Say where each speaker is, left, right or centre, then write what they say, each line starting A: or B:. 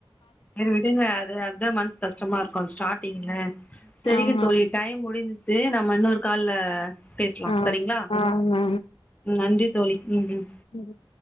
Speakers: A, on the left; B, on the left.
A: செரி விடுங்க அது அதுதா மனசு கஷ்டமா இருக்கு ஸ்டார்ட்டிங்ல செரிங்க
B: ஆமா
A: தோழி டைம் முடிஞ்சச்ச <unintelligible> நம்ம இன்னொரு கால்ல பேசலா
B: ஆமா
A: செரிங்ளா
B: ஆ
A: நன்றி தோழி ம் ம்
B: செரி